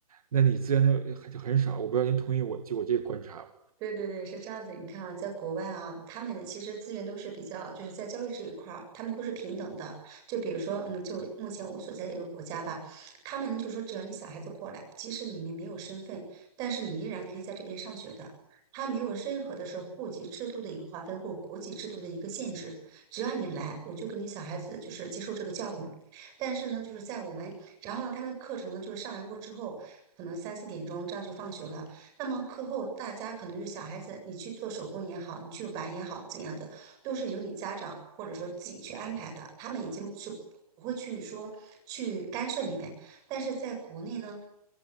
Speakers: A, on the right (about 70°); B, on the right (about 20°).
A: 那你资源就就很少。我不知道您同意我就我这个观察吗？
B: 对对对，是这样子。你看啊，在国外啊，他们的其实资源都是比较，就是在教育这一块儿，他们都是平等的。就比如说，嗯，就目前我所在的一个国家吧，他们呢就说，只要你小孩子过来，即使你们没有身份，但是你依然可以在这边上学的。他没有任何的是户籍制度的一个划分或国籍制度的一个限制，只要你来，我就跟你小孩子就是接受这个教育。但是呢，就是在我们，然后呢，他们课程呢就是上完过之后，可能三四点钟这样就放学了。那么课后大家可能就小孩子，你去做手工也好，你去玩也好，怎样的都是由你家长或者说自己去安排的，他们已经是不会去说去干涉你们。但是在国内呢，